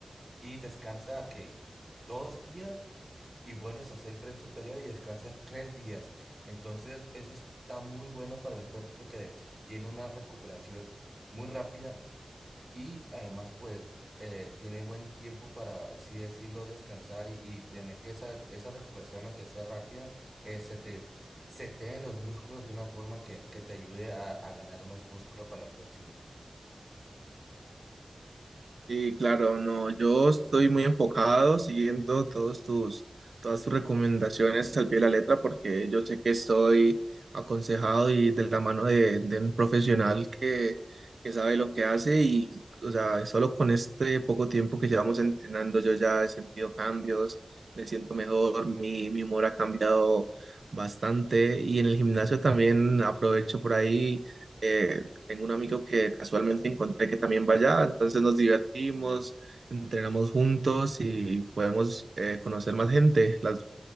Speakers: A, on the right; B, on the right.
A: y descansa que dos días y vuelves a hacer el tren superior y descansas tres días. Entonces, eso está muy bueno para el cuerpo que tiene una recuperación muy rápida y además, pues, eh, tiene buen tiempo para, así decirlo, descansar y, y tener que esa, esa recuperación, aunque sea rápida, eh, se te seteen los músculos de una forma que, que te ayude a, a ganar más músculo para la próxima.
B: Sí, claro, no, yo estoy muy enfocado siguiendo todos tus, todas tus recomendaciones al pie de la letra porque yo sé que estoy aconsejado y de la mano de, de un profesional que, que sabe lo que hace y, o sea, solo con este poco tiempo que llevamos entrenando yo ya he sentido cambios, me siento mejor, mi, mi humor ha cambiado bastante y en el gimnasio también aprovecho por ahí. eh, tengo un amigo que casualmente encontré que también va allá, entonces nos divertimos, entrenamos juntos y podemos eh, conocer más gente. Las,